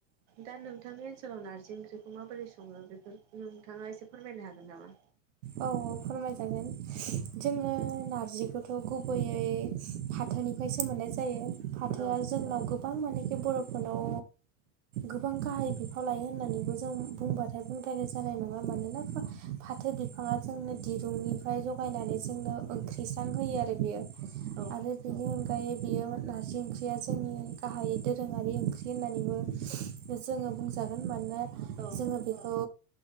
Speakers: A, on the right; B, on the right.
A: दा नोंथांनि ओनसोलाव नारजि ओंख्रिखौ माबोरै सङो बेफोरखो नोंथाङा एसे फोरमायनो हागोन नामा?
B: औ औ फोरमायजागोन जोङो नारजिखौथ' गुबैयै फाथोनिफ्रायसो मोननाय जायो। फाथोआ
A: औ
B: जोंनाव <unintelligible> गोबां मानेखि बर'फोरनाव गोबां गाहाय बिफाव लायो होननानैबो जों बुंबाथाय बुंद्रायनाय जानाय नङा। मानोना फाथो <unintelligible> बिफाङा जोंनो दिरुंनिफ्राय जगायनानै जोंनो ओंख्रिसां होयो आरो बियो
A: औ
B: आरो बेनि अनगायै बियो नारजि ओंख्रिया जोंनि गाहायै दोरोङारि ओंख्रि होननानैबो जोङो बुंजागोन मानोना
A: औ
B: जोङो बेखौ